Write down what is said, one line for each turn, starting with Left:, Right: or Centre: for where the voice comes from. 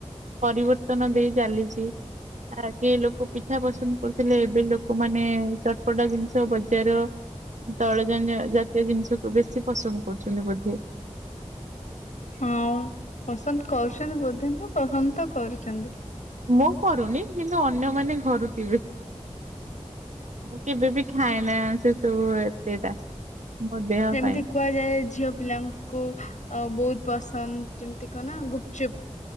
Right: ପରିବର୍ତ୍ତନ ଦେଇ ଚାଲିଛି। ଆଗେ ଲୋକ ପିଠା ପସନ୍ଦ କରୁଥିଲେ ଏବେ ଲୋକ ମାନେ ଚଟପଟା ଜିନିଷ ବଜାର ତୈଳ ଜନିଅ ଜାତୀୟ ଜିନିଷକୁୁ ବେଶୀ ପସନ୍ଦ କରୁଛନ୍ତି ବୋଧେ।
Left: ହଁ ପସନ୍ଦ କରୁଛନ୍ତି ବୋଧେ ନୁହଁ, ପସନ୍ଦ ତ କରୁଛନ୍ତି।
Right: ମୁଁ କରୁନି କିନ୍ତୁ ଅନ୍ୟମାନେ କରୁଥିବେ। ମୁଁ କେବେ ବି ଖାଏନା ସେ ସବୁ ଏତେଟା ମୋ ଦେହ
Left: ଯେମିତି
Right: ପାଇଁ।
Left: କୁହାଯାଏ ଝିଅ ପିଲାଙ୍କୁ ବହୁତ ପସନ୍ଦ ଯେମିତି କହନା ଗୁପଚୁପ୍।